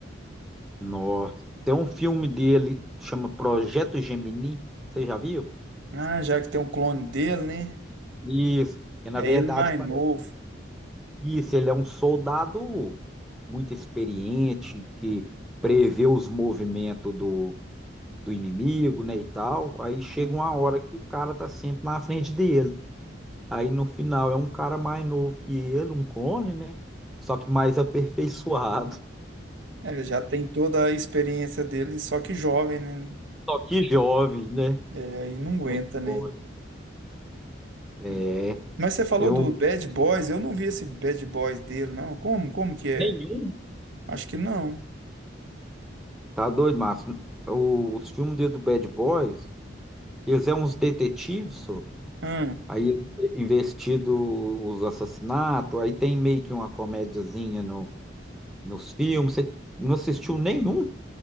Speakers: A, in the centre; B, on the right.
A: Nossa. Tem um filme dele que chama Projeto Gemini. Você já viu?
B: Ah, já que tem um clone dele, né?
A: Isso. Que na
B: É
A: verdade
B: ele mais
A: parece
B: novo.
A: isso. Ele é um soldado muito experiente que prevê os movimentos do, do inimigo, né, e tal. Aí chega
B: né?
A: uma hora que o cara tá sempre na frente dele. Aí no final é um cara mais novo que ele, um clone, né? Só que mais aperfeiçoado.
B: É, já tem toda a experiência dele, só que jovem, né?
A: <laughs> Só que jovem, né?
B: É, aí não aguenta,
A: Como é que
B: né?
A: pode? É.
B: Hum. Mas você falou
A: Tem um.
B: do Bad Boys, eu não vi esse Bad Boys dele, não. Como? Como que é?
A: Nenhum?
B: Acho que não.
A: Tá doido, Márcio? O- Os filmes dele do Bad Boys, que eles é uns detetives, só.
B: Hum.
A: Aí eles é investido os assassinatos, aí tem meio que uma comédiazinha no, nos filmes. Você não assistiu nenhum?